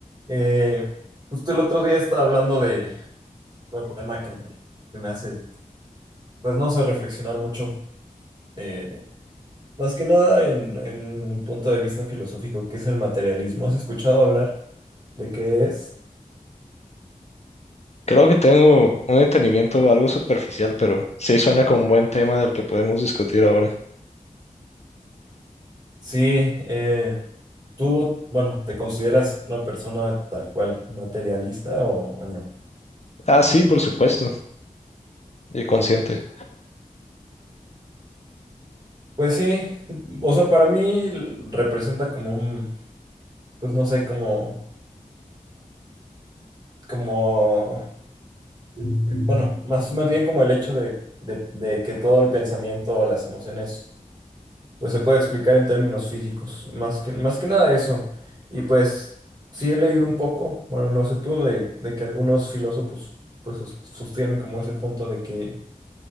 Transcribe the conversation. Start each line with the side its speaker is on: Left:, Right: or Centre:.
Right: Eh, justo el otro día estaba hablando de un tema que me, que me hace, pues no sé, reflexionar mucho. eh, más que nada en, en un punto de vista filosófico, que es el materialismo. ¿Has escuchado hablar de qué es?
Left: Creo que tengo un entendimiento algo superficial, pero sí suena como un buen tema del que podemos discutir ahora.
Right: Sí, eh, tú, bueno, ¿te consideras una persona tal cual materialista o, o no?
Left: Ah, sí, por supuesto, y consciente.
Right: Pues sí, sí, o sea, para mí l- representa como un, pues no sé, como, como Bueno, más, más bien como el hecho de, de- de que todo el pensamiento o las emociones pues se puede explicar en términos físicos, más que, más que nada eso. Y pues sí he leído un poco, bueno, no sé tú, de, de que algunos filósofos pues sos- sostienen como ese punto de que,